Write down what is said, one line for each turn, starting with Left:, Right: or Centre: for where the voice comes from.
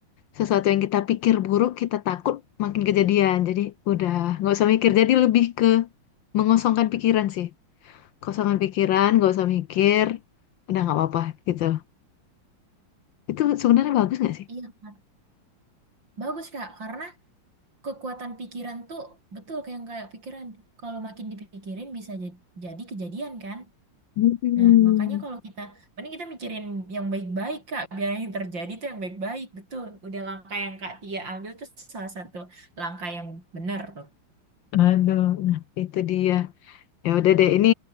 Left: sesuatu yang kita pikir buruk, kita takut makin kejadian. Jadi udah nggak usah mikir. Jadi lebih ke mengosongkan pikiran sih. Kosongan pikiran, nggak usah mikir. Udah nggak apa-apa gitu. Itu sebenarnya bagus nggak sih?
Right: Iya, Kak. Bagus Kak, karena kekuatan pikiran tuh betul kayak yang kayak pikiran. Kalau makin dipikirin bisa jad- jadi kejadian kan?
Left: Hmm.
Right: Nah, makanya kalau kita, mending kita mikirin yang baik-baik, Kak. Biar yang terjadi tuh yang baik-baik, betul. Udah langkah yang Kak Tia ambil tuh salah satu langkah yang benar tuh.
Left: Aduh, nah Itu dia. Ya udah deh, ini